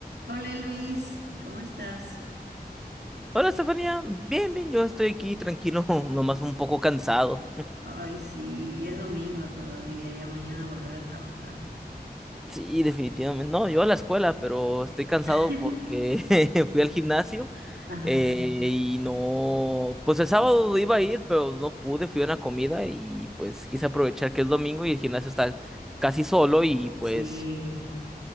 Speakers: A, on the right; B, in the centre.
A: Hola Luis, ¿cómo estás?
B: Hola, Estefanía. Bien, bien, yo estoy aquí tranquilo, <laughs> nomás un poco cansado.
A: Ay, sí, es domingo todavía, ya mañana volver a trabajar.
B: Sí, definitivamente. No, yo a la escuela, pero estoy cansado
A: <laughs>
B: porque <laughs> fui al gimnasio
A: Ajá.
B: eh, y no, pues el sábado iba a ir, pero no pude, fui a una comida y pues quise aprovechar que es domingo y el gimnasio está casi solo y pues
A: Sí,